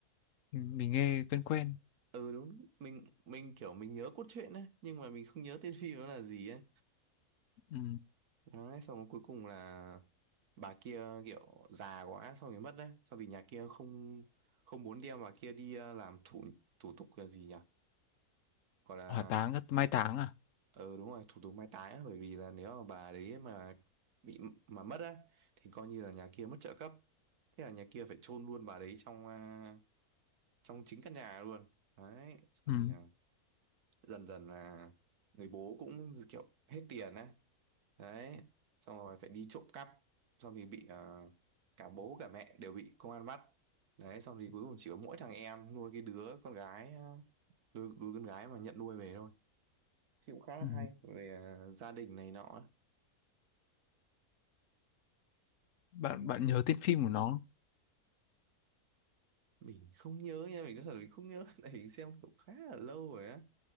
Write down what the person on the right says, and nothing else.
ừ đúng mình mình kiểu mình nhớ cốt truyện ấy nhưng mà mình không nhớ tên phim nó là gì ấy
Đấy, xong rồi cuối cùng là bà kia kiểu già quá xong rồi mất đấy xong thì nhà kia không không muốn đem bà kia đi ờ, làm thủ thủ tục là gì nhỉ gọi là
ờ đúng rồi thủ tục mai táng á, bởi vì là nếu mà bà đấy mà bị mà mất á thì coi như là nhà kia mất trợ cấp thế là nhà kia phải chôn luôn bà đấy trong à, trong chính căn nhà luôn đấy xong
thì à, dần dần là người bố cũng kiểu hết tiền á đấy xong rồi phải đi trộm cắp xong thì bị ờ, cả bố cả mẹ đều bị công an bắt đấy xong thì cuối cùng chỉ có mỗi thằng em nuôi cái đứa con gái ờ, đứa, đứa con gái mà nhận nuôi về thôi thì cũng khá là
hay về ờ, gia đình này nọ
mình không nhớ nha mình nói thật là mình không nhớ <laughs> tại mình xem cũng khá là lâu rồi á